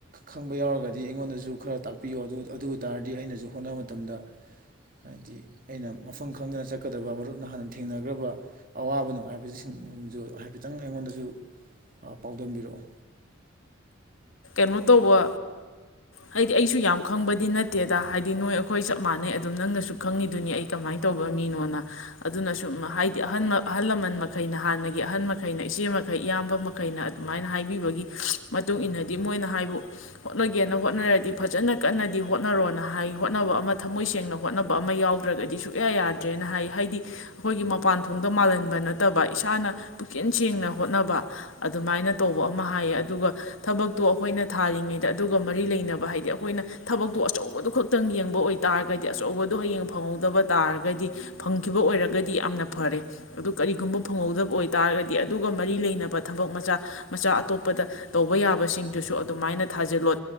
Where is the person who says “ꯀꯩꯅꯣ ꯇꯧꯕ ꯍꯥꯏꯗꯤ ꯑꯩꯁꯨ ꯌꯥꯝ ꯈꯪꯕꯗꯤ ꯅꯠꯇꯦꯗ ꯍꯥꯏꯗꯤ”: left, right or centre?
Left